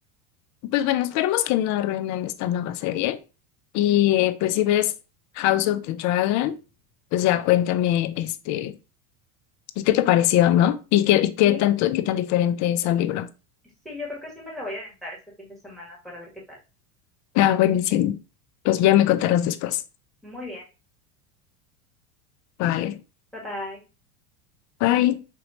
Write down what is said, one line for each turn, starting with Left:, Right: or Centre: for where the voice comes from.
Left: Pues bueno, esperemos que no arruinen esta nueva serie. Y eh, pues si ves House of the Dragon, pues ya cuéntame, este, pues, qué te pareció, ¿no? Y qué, y qué
Centre: sí
Left: tanto, qué tan diferente es al libro.
Centre: Sí, yo creo que sí me la voy a aventar este fin de semana para ver qué tal.
Left: Ah, buenísimo. Pues ya me contarás después.
Centre: Muy bien.
Left: Vale.
Centre: Bye bye.
Left: Bye.